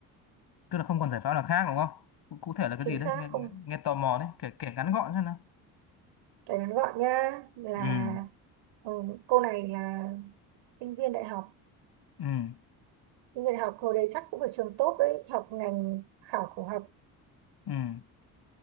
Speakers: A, on the left; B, on the right.
A: tức là không còn giải pháp nào khác đúng không? Cụ cụ thể là cái
B: chính
A: gì đấy?
B: xác
A: Nghe, nghe,
B: không
A: nghe tò mò đấy, kể kể ngắn gọn xem nào.
B: kể ngắn gọn nha là
A: Ừ,
B: ừ, cô này là sinh viên đại học
A: ừ,
B: những Người học hồi đấy chắc cũng phải trường tốt đấy, học ngành khảo cổ học,
A: ừ,